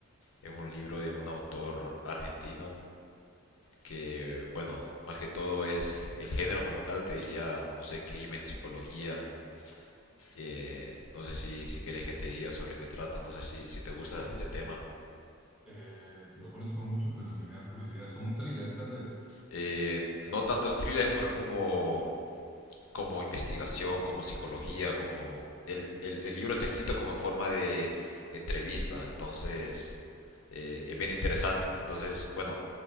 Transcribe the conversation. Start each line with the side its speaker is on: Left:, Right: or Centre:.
Left: Es un libro de un autor argentino que, bueno, más que todo es el género como tal, te diría, no sé, crimen, psicología. eh, no sé si, si quieres que te diga sobre qué trata, no sé si, si te
Centre: Sí,
Left: gusta este
Centre: es
Left: tema.
Centre: co- eh, no conozco mucho, pero sí me da curiosidad, es como un thriller tal vez.
Left: eh, no tanto es thriller, <laughs> más como, como investigación, como psicología, como... El, el, el libro está escrito como en forma de entrevista, entonces eh, es bien interesante. Entonces, bueno,